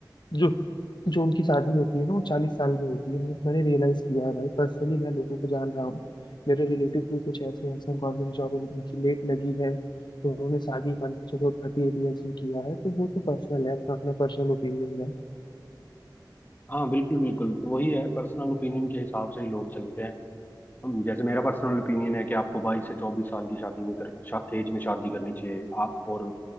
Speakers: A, on the left; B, on the left.
A: जो जो उनकी शादी होती है ना वो चालीस साल में होती है मैं- मैंने रियलाइज किया है भाई पर्सनली मैं लोगों को जान रहा हूँ मेरे रिलेटिव भी कुछ ऐसे ऐसे गवर्नमेंट जॉब उनकी लेट लगी है तो उन्होंने शादी मान के चलो थर्टी एट ईयर्स में किया है तो वो तो पर्सनल है अपना अपना पर्सनल ओपिनियन है
B: हाँ बिल्कुल बिल्कुल तो वही है पर्सनल ओपिनियन के हिसाब से ही लोग चलते हैं हम जैसे मेरा पर्सनल ओपिनियन है कि आपको बाईस से चौबीस साल की शादी में कर शा, एज में शादी करनी चाहिए आप और